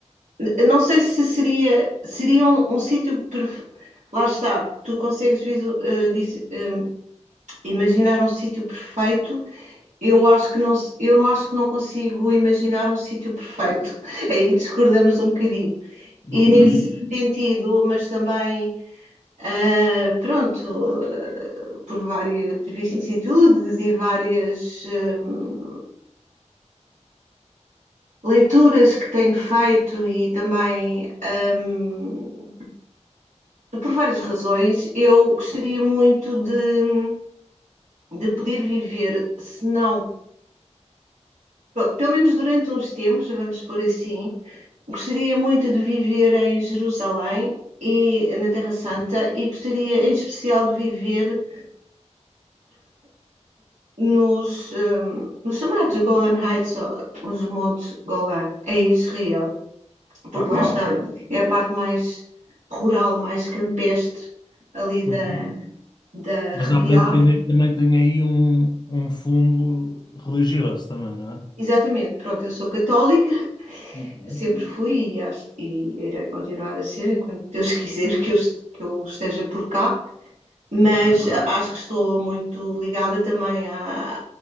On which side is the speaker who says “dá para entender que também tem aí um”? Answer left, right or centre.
Left